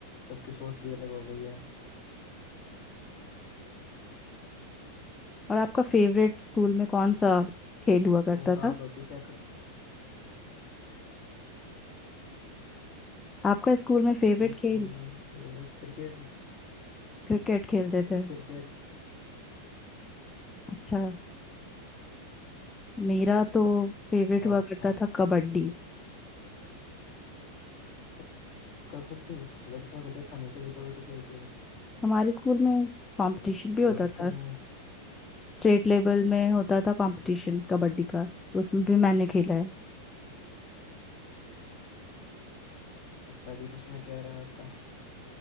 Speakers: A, on the left; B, on the left.
A: सबकी सोच भी अलग हो गई है
B: और आपका फेवरेट स्कूल में कौन सा खेल हुआ करता
A: और आप
B: था
A: अभी क्या करते
B: आपका स्कूल में
A: स्कूल
B: फेवरेट खेल
A: में फेवरेट क्रिकेट
B: क्रिकेट खेलते थे
A: क्रिकेट
B: अच्छा मेरा तो फेवरेट
A: हाँ
B: हुआ करता
A: हाँ
B: था कबड्डी
A: अच्छा कबड्डी लड़कियों को देखा नहीं कभी कबड्डी खेलते हुए
B: हमारे स्कूल में कंपटीशन भी
A: बहुत
B: होता था
A: कम हुए
B: स्टेट लेवल में होता था कंपटीशन कबड्डी का तो उसमें भी मैंने खेला है
A: अच्छा फिर उसमें क्या रहा आपका